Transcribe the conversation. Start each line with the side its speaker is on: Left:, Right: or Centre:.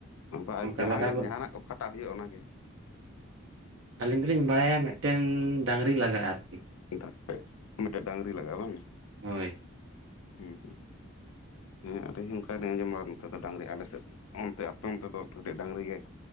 Left: ᱵᱟ
Right: ᱚᱱᱠᱟ
Left: ᱡᱟᱦᱟᱸ
Right: ᱞᱟᱜᱟ ᱵᱚᱞ
Left: ᱡᱟᱦᱟᱱᱟᱜ ᱚᱠᱟᱴᱟᱜ ᱦᱩᱭᱩᱜᱼᱟ ᱚᱱᱟᱜᱮ
Right: ᱟᱹᱞᱤᱧ ᱫᱚᱞᱤᱧ ᱵᱟᱲᱟᱭᱟ ᱢᱤᱫᱴᱮᱱ ᱰᱟᱝᱨᱤ ᱞᱟᱜᱟᱜᱼᱟ ᱟᱨᱠᱤ
Left: <unintelligible> ᱢᱤᱫᱴᱟᱝ ᱰᱟᱝᱨᱤ ᱞᱟᱜᱟᱜᱼᱟ ᱵᱟᱝ
Right: ᱦᱳᱭ
Left: ᱦᱩᱸ ᱦᱩᱸᱸ ᱦᱮᱸ ᱟᱹᱞᱤᱧ ᱚᱱᱠᱟ ᱜᱮᱞᱤᱧ ᱟᱸᱡᱚᱢ ᱵᱟᱫᱟ ᱱᱚᱛᱮ ᱫᱚ ᱰᱟᱝᱨᱤ ᱟᱞᱮᱥᱮᱫ ᱚᱱᱛᱮ ᱟᱯᱮ ᱚᱱᱛᱮ ᱫᱚ ᱠᱟᱹᱴᱤᱡ ᱰᱟᱝᱨᱤ ᱜᱮ